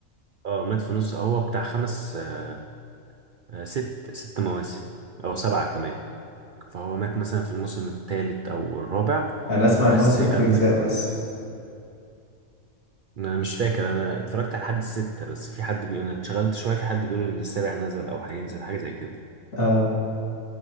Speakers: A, on the right (about 60°); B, on the left (about 70°).
A: اه مات في النص هو بتاع خمس آه، آه، ست ست مواسم أو سبعة كمان فهو مات مثلا في الموسم الثالث أو الرابع
B: انا اسمع
A: بس
B: ان هو ست
A: أبناء
B: اجزاء بس
A: أنا مش فاكر أنا اتفرجت على حد الستة بس في حد بيقول أنا انشغلت شوية في حد بيقول إن السابع نزل أو هينزل حاجة زي كده
B: اه